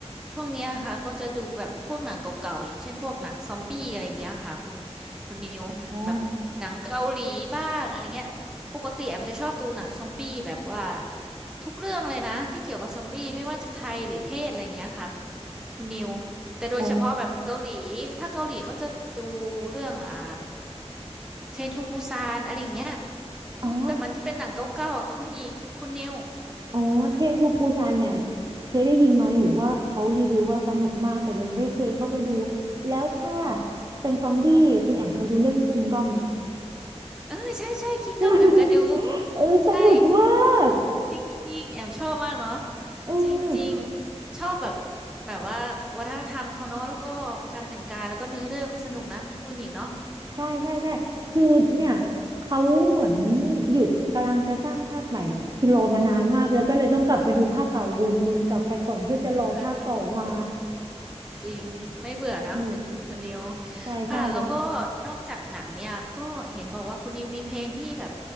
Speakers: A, in the centre; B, on the right.
A: ช่วงเนี้ยค่ะก็จะดูแบบพวกหนังเก่าๆอย่างเช่นพวกหนังซอมบี้อะไรเงี้ยค่ะคุณคุณนิวแบบหนังเกาหลีบ้างอะไรเงี้ยปกติแอมจะชอบดูหนังซอมบี้แบบว่า
B: อ๋อ
A: ทุกเรื่องเลยนะที่เกี่ยวกับซอมบี้ไม่ว่าจะไทยหรือเทศอะไรเงี้ยค่ะคุณนิวแต่โดยเฉพาะแบบเกาหลีถ้าเกาหลีก็จะดู
B: อ๋อ
A: เรื่องอ่าเทรนทูปูซานอะไรเงี้ย อืมแต่มันจะเป็นหนังเก่าๆอะค่ะคุณหญิงคุณนิว
B: อ๋อ อ๋อเทรนทูปูซานเนี่ย
A: อืม
B: เคยได้ยินมาอยู่ว่าเขารีวิวว่าสนุกมากแต่ยังไม่เคยเข้าไปดูแล้วถ้า
A: อ๋อ
B: เป็นซอมบี้คุณแอมเคยดูเรื่องคิงดอมไหม
A: เออใช่ใช่ Kingdom
B: <laughs>
A: แอมก็ดู
B: เออสนุกมาก
A: ใช่จริงๆแอมชอบมากเนาะ
B: เออ
A: จริงๆชอบแบบแบบว่าวัฒนธรรมเขาเนาะแล้วก็การแต่งกายแล้วก็เนื้อเรื่องมันสนุกนะคะคุณหญิงเนาะ
B: ใช่ใช่ใช่คือเนี่ยเขาเหมือนหยุดกำลังจะสร้างภาคใหม่คือรอมานานมากแล้วก็เลยต้องกลับไปดูภาคเก่าวนๆกลับไปก่อนเพื่อจะรอภาคต่อมา
A: เออ จริงไม่เบื่อนะคุณคุณนิว
B: สนุกใช่ใช่
A: ค่ะแล้วก็นอกจากหนังเนี่ยก็เห็นบอกว่าคุณนิวมีเพลงที่แบบ